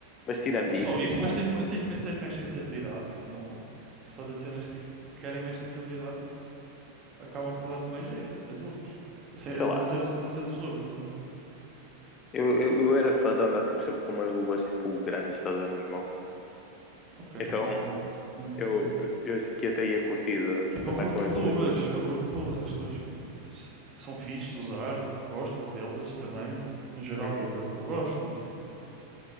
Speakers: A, on the left; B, on the right.
A: Mas tirando
B: Não
A: isso,
B: Só
A: tipo,
B: isso, mas tens, ma- tens, me- tens mais sensibilidade, tipo, não. Para fazer cenas que, tipo, que querem mais sensibilidade, tipo. acabam por dar-te mais jeito, as luvas. Assim,
A: sei lá,
B: não teres, não teres as luvas, no caso.
A: eu, eu, eu era fã de andar tipo, sempre com umas luvas tipo grandes, estás a ver, nas mãos.
B: Ok, eu
A: Então
B: con- eu entendo.
A: eu, eu acho que até ia curtir de,
B: Tipo,
A: de
B: eu
A: andar
B: curto
A: com as
B: de
A: luvas.
B: luvas,
A: tipo,
B: eu curto de luvas, acho que luvas são, são fixe de usar, tipo, gosto de vê-las também, tipo, no geral,
A: Uhum.
B: estás a ver? Eu gosto, mas tipo,